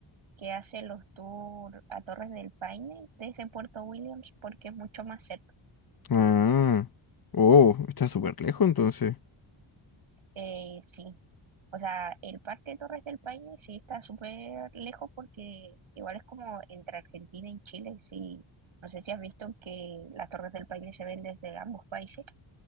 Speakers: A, on the right; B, on the left.
A: que hace los tours a Torres del Paine desde Puerto Williams porque es mucho más cerca.
B: Ah, oh, está súper lejos entonces.
A: Eh, sí, o sea, el parque de Torres del Paine sí está súper lejos porque igual es como entre Argentina y Chile. Sí, no sé si has visto que las Torres del Paine se ven desde ambos países.